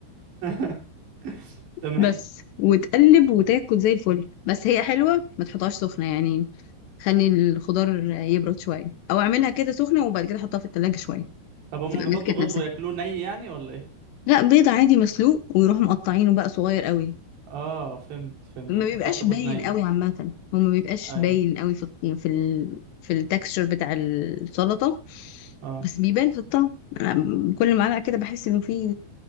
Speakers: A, on the right; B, on the left.
A: <laughs> تمام
B: بس وتقلب وتاكل زي الفل بس هي حلوه ما تحطهاش سخنه يعني خلي الخضار يبرد شويه او اعملها كده سخنه وبعد كده احطها في التلاجة شويه
A: طب هم
B: تبقى
A: بيحطوا
B: مسكت
A: بيض
B: نفسها
A: وياكلوه ني يعني ولا ايه
B: لا بيضه عادي مسلوق ويروحوا مقطعينه بقى صغير قوي
A: اه فهمت فهمت
B: ما
A: انا
B: بيبقاش
A: فكرت بيض
B: باين
A: ني
B: قوي عامه هو ما بيبقاش
A: ايوه
B: باين قوي في الط- في ال... في التكستشر بتاع السلطه
A: اه
B: بس بيبان في الطعم انا كل معلقه كده بحس انه في